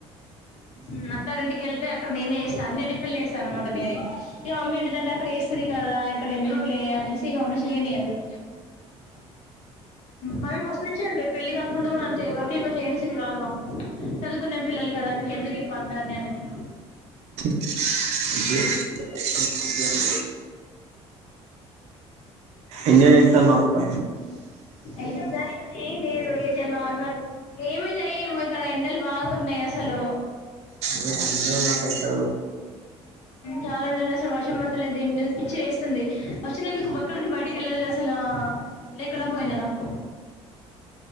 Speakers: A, on the left; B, on the right.
A: మ్మ్ అత్తారింటికెల్తే అత్ అక్కడ నేనేేస్తాను అన్ని టిఫిన్లు వేస్తా అనమాట నేనే ఇక మమ్మీ ఏంటంటే అక్కడేస్ రి కదా ఇక్కడ ఎందుకులే అనేసి వంశీ నేను మాయమ్మ ఫస్ట్ నుంచి అంతే పెళ్ళి కాకముందు కూడా అంతే వర్క్ ఎక్కువ చేయనిచ్చేది కాదు మాకు చదువుకునే పిల్లలు కదా అండి ఎందుకులే పన్లన్నీ అనేసి
B: <inaudible> ఎంజాయ్ చేస్తున్నావక్కా
A: ఎంజాయ్ అని ఏంలేదు ఇది నార్మల్ ఏమి లేయమ్మ ఇక్కడ ఎండలు బాగున్నాయసలు
B: ఓ అంతేనా పైసలు పడు
A: చాలా నిర్లక్ష్యం వర్షం పడతలేదు ఏంలేదు పిచ్చి వేస్తుంది వచ్చినందుకు ఒక్కడికి బయటకి వెళ్ళాలి చిన లేకున్నా పోయింది నాకు